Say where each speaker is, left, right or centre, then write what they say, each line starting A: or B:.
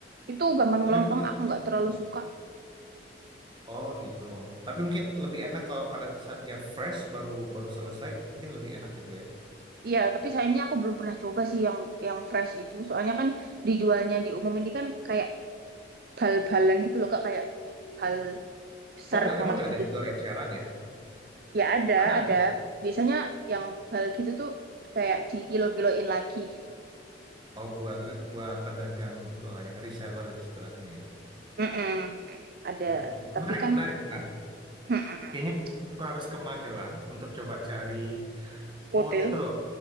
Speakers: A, on the right; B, on the right.
A: Itu gampang
B: Oh,
A: melempem,
B: yang putih itu
A: aku nggak
B: gitu.
A: terlalu suka.
B: Oh gitu. Tapi mungkin lebih enak kalau pada saat dia fresh baru baru selesai, mungkin lebih enak gitu ya.
A: Iya, tapi sayangnya aku belum pernah coba sih yang yang fresh itu. Soalnya kan dijualnya di umum ini kan kayak bal-balan gitu loh, Kak, kayak bal besar
B: Oh nggak,
A: banget
B: emang nggak ada
A: gitu.
B: yang jual eceran ya?
A: Ya ada,
B: Ada?
A: ada.
B: kan?
A: Biasanya yang bal gitu tuh kayak di kilo-kiloin lagi gitu.
B: Oh, buat buat pedagang itulah ya, reseller istilahnya ya.
A: Mm-mm. Ada,
B: Hmm,
A: tapi
B: menarik,
A: kan
B: menarik, menarik.
A: mm-mm.
B: Kayaknya aku harus ke Magelang untuk coba cari potel,
A: Potel,
B: <laughs>